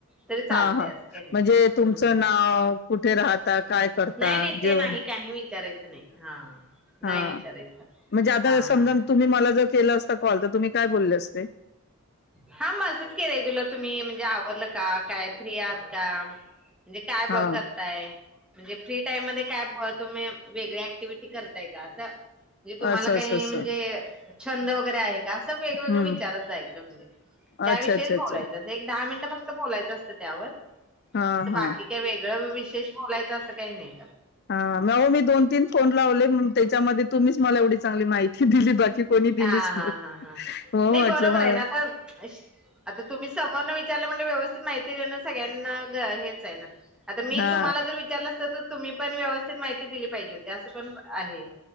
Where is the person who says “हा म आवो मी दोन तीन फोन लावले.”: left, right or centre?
Left